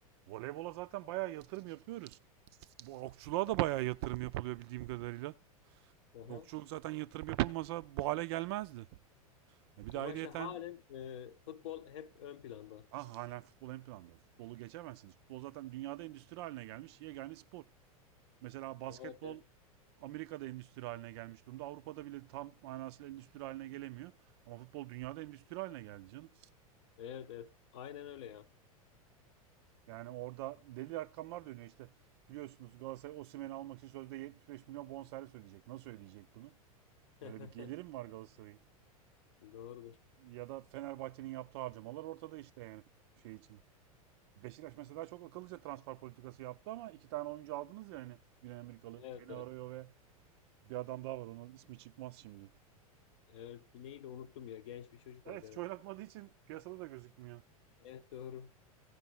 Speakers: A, on the right (about 45°); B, on the left (about 55°).
A: Voleybola zaten bayağı yatırım yapıyoruz. Bu okçuluğa da bayağı yatırım yapılıyor bildiğim kadarıyla.
B: Aha.
A: Okçuluk zaten yatırım yapılmasa bu hale gelmezdi. Ya bir de
B: Ama
A: ayrıyeten
B: işte halen e, futbol hep ön planda.
A: ah hala futbol ön planda. Futbolu geçemezsiniz. Futbol zaten dünyada endüstri haline gelmiş yegane spor. Mesela basketbol
B: Evet evet.
A: Amerika'da endüstri haline gelmiş durumda. Avrupa'da bile tam manasıyla endüstri haline gelemiyor. Ama futbol dünyada endüstri haline geldi canım.
B: Evet evet. Aynen öyle ya.
A: Yani orada deli rakamlar dönüyor işte. Biliyorsunuz Galatasaray Osimhen'i almak için sözde 75 milyon bonservis ödeyecek. Nasıl ödeyecek bunu?
B: <laughs>
A: Öyle bir gelirim var Galatasaray'ın.
B: Doğrudur.
A: Ya da Fenerbahçe'nin yaptığı harcamalar ortada işte yani şey için. Beşiktaş mesela çok akıllıca transfer politikası yaptı ama iki tane oyuncu aldınız ya hani Güney Amerikalı.
B: Evet
A: Kenny
B: evet.
A: Arroyo ve bir adam daha var onun ismi çıkmaz şimdi.
B: Evet. Neydi unuttum ya. Genç bir çocuk
A: Evet
B: vardı.
A: hiç
B: Evet.
A: oynatmadığı için piyasada da gözükmüyor.
B: Evet doğru.